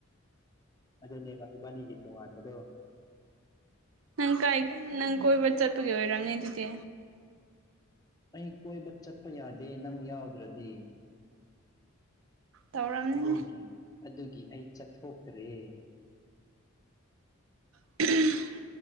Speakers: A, on the left; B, on the right.
A: ꯑꯗꯨꯅꯦꯕ ꯏꯕꯥꯅꯤꯒꯤ ꯇꯣꯉꯥꯟꯕꯗꯣ
B: ꯅꯪ ꯀꯥꯏ ꯀꯩ ꯅꯪ ꯀꯣꯏꯕ ꯆꯠꯄꯒꯤ ꯑꯣꯏꯔꯝꯅꯤ ꯑꯗꯨꯗꯤ
A: ꯑꯩ ꯀꯣꯏꯕ ꯆꯠꯄ ꯌꯥꯗꯦ ꯅꯪ ꯌꯥꯎꯗ꯭ꯔꯗꯤ
B: ꯇꯧꯔꯝꯅꯤꯅꯦ
A: ꯑꯗꯨꯒꯤ ꯑꯗꯨꯒꯤ ꯑꯩ ꯆꯠꯊꯣꯛꯇ꯭ꯔꯦ
B: <unintelligible>